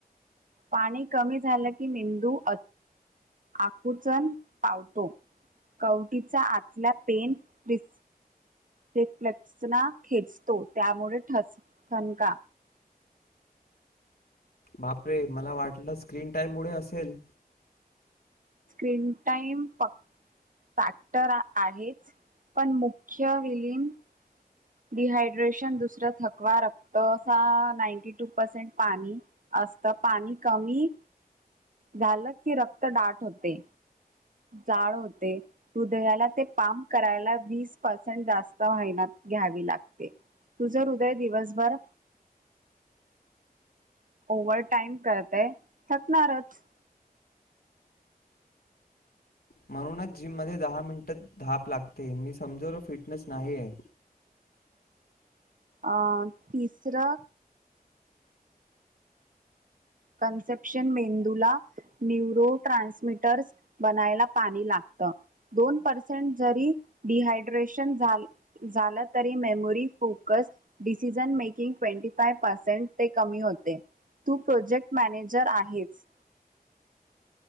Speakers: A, on the right; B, on the left.
A: पाणी कमी झालं की मेंदू आकुचन पावतो कवटीचा आतला पेन प्रिस रिफ्लेक्ना खेचतो त्यामुळे ठ ठणका
B: बापरे मला वाटलं स्क्रीन टाइम मुळे असेल
A: स्क्रीन टाईम पक् सॅटर आहेच पण मुख्य विलीन डिहायड्रेशन दुसरं थकवा रक्त अस नाईंटी टू पसेंट पाणी असतं पाणी कमी झालं की रक्त डाट होते. जाळ होते हृदयाला ते पाम करायला वीस पर्सेंट जास्त मेहनत घ्यावी लागते. तुझं हृदय दिवसभर ओव्हर टाईम करतय थकणारच
B: म्हणूनच जिम मध्ये दहा मिनिट धाप लागते, मी समजवलो फिटनेस नाही आहे
A: अ तिसरा कंसेप्शन मेंदूला न्युरो ट्रान्समिटर्स बनायला पाणी लागत, दोन पर्सेंट जरी डिहायड्रेशन झालं तरी memory focus decision making twenty percent ते कमी होते तू प्रोजेक्ट मॅनेजर आहेच.